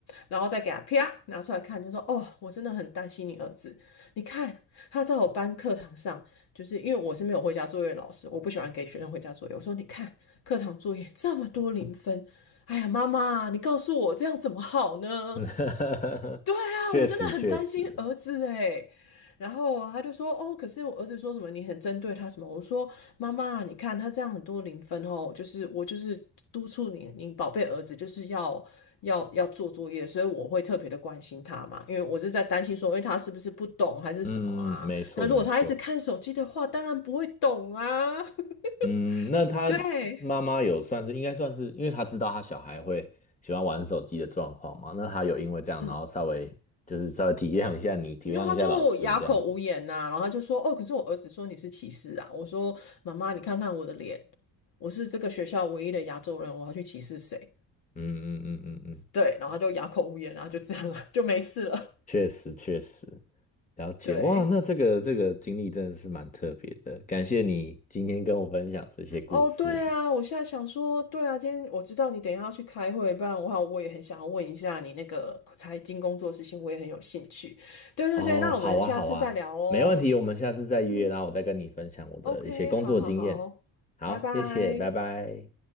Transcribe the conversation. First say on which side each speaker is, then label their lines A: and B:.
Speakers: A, on the left; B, on the left.
A: 然后再给他啪拿出来看，就说：哦，我真的很担心你儿子，你看他在我班课堂上，就是因为我是没有回家作业的老师，我不喜欢给学生回家作业，我说你看课堂作业这么多零分。”哎呀，妈妈，你告诉我这样怎么好呢？
B: <laughs>
A: 对啊，
B: 确实确实，
A: 我真的很担心儿子哎。然后他就说，哦，可是我儿子说什么你很针对他什么？我说，妈妈，你看他这样很多零分哦，就是我就是督促你，你宝贝儿子就是要要要做作业，所以我会特别的关心他嘛，因为我是在担心说，因为他是不是不懂还是什么啊？
B: 嗯，嗯没错没错，
A: 那如果他一直看手机的话，当然不会懂啊。
B: 嗯，那他妈妈有算是应该算是，
A: <laughs> 对，
B: 因为他知道他小孩会喜欢玩手机的状况嘛，那他有因为这样，
A: 嗯。
B: 然后稍微就是稍微体谅一下你，体谅一下老师这样子，
A: 因为他就哑口无言呐、然后他就说：“哦，可是我儿子说你是歧视啊。”我说：“妈妈，你看看我的脸，我是这个学校唯一的亚洲人，我要去歧视谁？”
B: 嗯嗯嗯嗯嗯，
A: 对，然后他就哑口无言然后就这样了，<laughs> 就没事了。
B: 确实确实，了解，
A: 对，
B: 哇，那这个这个经历真的是蛮特别的，感谢你今天跟我分享这些故事。
A: 哦，对啊，我现在想说，对啊，今天我知道你等一下要去开会，不然的话，我也很想要问一下你那个财经工作的事情，我也很有兴趣。对对对，
B: 哦，
A: 那我们下次再聊哦。
B: 好啊，好啊，没问题，我们下次再约，
A: 嗯
B: 然后我再跟你分享我的一些工作经验。
A: ，OK，好好好，
B: 好，
A: 拜拜。
B: 谢谢，拜拜。